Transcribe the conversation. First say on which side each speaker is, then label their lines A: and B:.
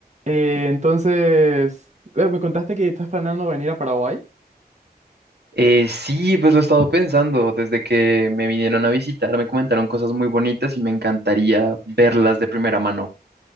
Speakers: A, on the right; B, on the right.
A: Eh, entonces, eh, me contaste que estás planeando venir a Paraguay.
B: Eh, sí, pues lo he estado pensando. Desde que me vinieron a visitar, me comentaron cosas muy bonitas y me encantaría verlas de primera mano.